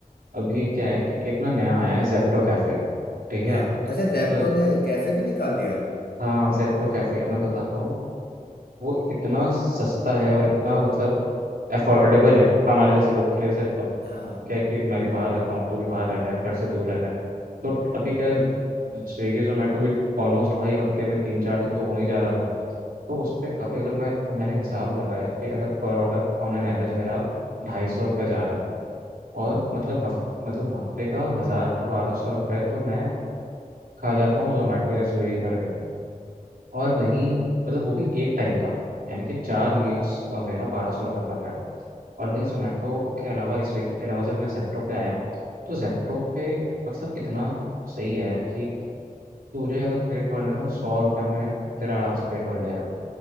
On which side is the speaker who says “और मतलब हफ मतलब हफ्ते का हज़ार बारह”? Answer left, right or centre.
Right